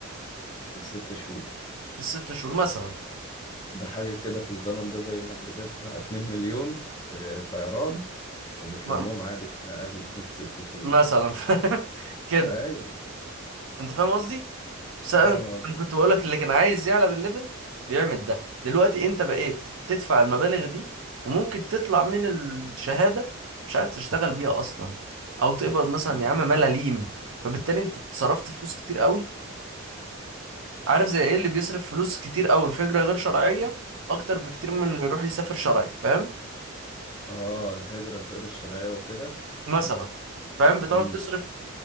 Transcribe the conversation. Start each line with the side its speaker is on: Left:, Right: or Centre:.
Left: الست شهور
Right: في الست شهور مثلا
Left: ده حاجة كده في الزمن ده زي إنك بتدفع 2 مليون في طيران وبتلمهم
Right: م-
Left: عادي في أقل <laughs> من ست شهور
Right: مثلا <laughs> كده
Left: أيوه
Right: انت فاهم قصدي بس
Left: فاهم
Right: انا
Left: قصدي
Right: كنت بقول لك اللي كان عايز يعلى بالليفل بيعمل ده دلوقتي انت بقيت تدفع المبالغ دي وممكن تطلع من الشهادة مش عارف تشتغل بيها اصلا او تقبض مثلا
Left: مم.
Right: يا عم ملاليم فبالتالي انت اتصرفت فلوس كتير قوي عارف زي ايه اللي بيصرف فلوس كتير قوي في هجرة غير شرعية اكتر بكتير من اللي يروح يسافر شرعي فاهم
Left: اه الهجرة الغير الشرعية وكده
Right: مثلا فاهم بتقعد
Left: امم
Right: تصرف